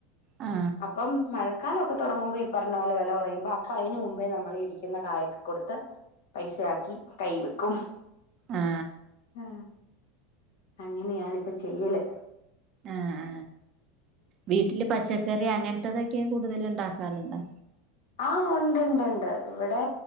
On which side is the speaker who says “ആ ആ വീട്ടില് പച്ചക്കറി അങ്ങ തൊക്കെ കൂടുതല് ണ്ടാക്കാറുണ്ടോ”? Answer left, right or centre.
Right